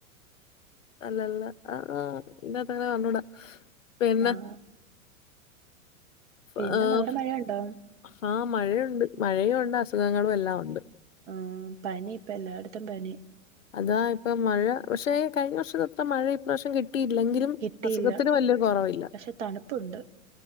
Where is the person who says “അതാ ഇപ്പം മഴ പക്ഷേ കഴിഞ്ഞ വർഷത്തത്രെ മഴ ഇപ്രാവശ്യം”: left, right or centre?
Left